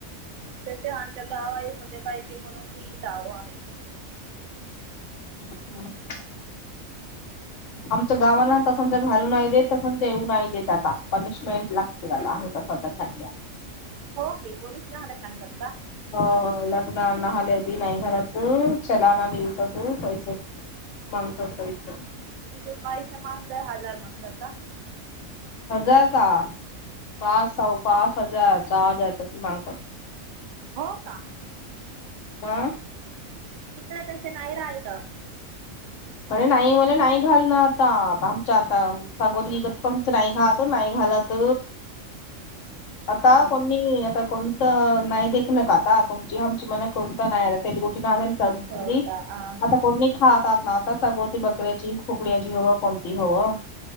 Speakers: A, on the right (about 60°); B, on the left (about 65°).
A: तेच ते आमच्या गावाही होते काय की म्हणून भीत आहो आम्ही.
B: <inaudible> <unintelligible> आमच्या गावाांना तसंच घालू नाही देत तसंच येऊ नाही देत आता पनिशमेंट ला झाला आहे का स्वतःसाठी.
A: हो की पोलिस जायाला सांगतात का?
B: हो लग्न न हल्या बी नाही झाला तू चलान मिळत तू पैसे माणसाच सरीसर.
A: किती <unintelligible> मांगताय हजार मांगतासा?
B: हजार का. पास व पास‌ हजार, सहा‌ हजार मांगतात.
A: हो का?
B: आ?
A: इकडे तस नाही राहित.
B: म्हर नाही म्हले नाही घाल ना आता आमच्या आता. सगोती <unintelligible> गत पच नाही घत नाही घालत. आता
A: हां हां
B: कोणी, आता कोण त नाही देखण का आता तुमची आमची मना कोणत नाही आता तेलगुटीच दहा हजार. सब्जी,
A: हो का हां हां
B: आता कोणी नाई खात म आता सगवती बकऱ्याची, खुकड्याची हवं कोणती हवं.